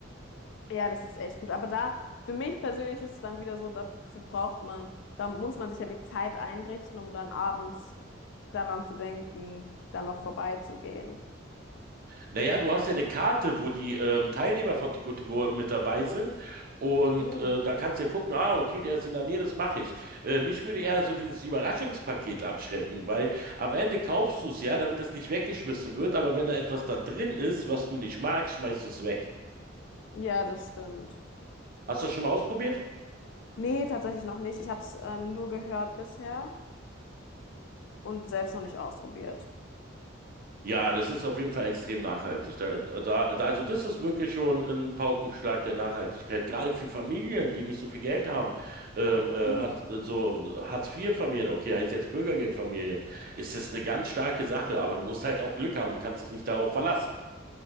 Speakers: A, on the left; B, on the right.
A: Ja, das ist echt gut. Aber da, für mich persönlich ist es dann wieder so, dafür braucht man, da muss man sich ja die Zeit einrichten, um dann abends daran zu denken, dann noch vorbeizugehen.
B: Naja, du hast ja eine Karte, wo die ähm, Teilnehmer von Too Good To Go mit dabei sind. Und
A: Mhm.
B: äh, da kannst du ja gucken, ah, okay, der ist in der Nähe, das mache ich. Äh, mich würde eher so dieses Überraschungspaket abschrecken, weil am Ende kaufst du es ja, damit es nicht weggeschmissen wird. Aber wenn da etwas da drin ist, was du nicht magst, schmeißt du es weg.
A: Ja, das stimmt.
B: Hast du das schon mal ausprobiert?
A: Nee, tatsächlich noch nicht. Ich habe es ähm, nur gehört bisher und selbst noch nicht ausprobiert.
B: Ja, das ist auf jeden Fall extrem nachhaltig. Da, da, da, also das ist wirklich schon ein Paukenschlag der Nachhaltigkeit. Gerade für Familien, die nicht so viel Geld haben, ähm, äh,
A: Mhm.
B: hat äh, so Hartz-IV-Familien, okay, heißt jetzt Bürgergeldfamilien, ist das eine ganz starke Sache. Aber du musst halt auch Glück haben. Du kannst dich nicht darauf verlassen.